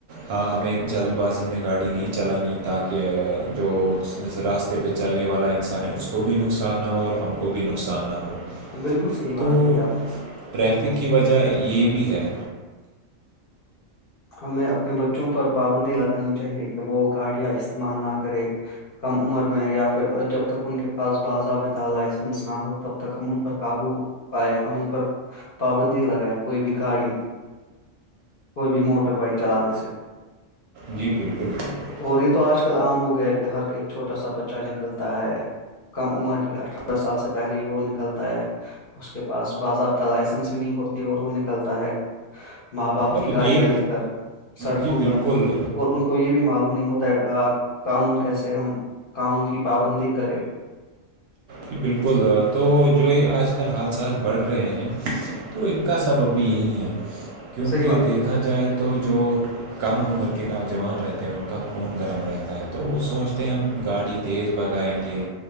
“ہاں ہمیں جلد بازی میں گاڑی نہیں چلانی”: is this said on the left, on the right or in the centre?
Right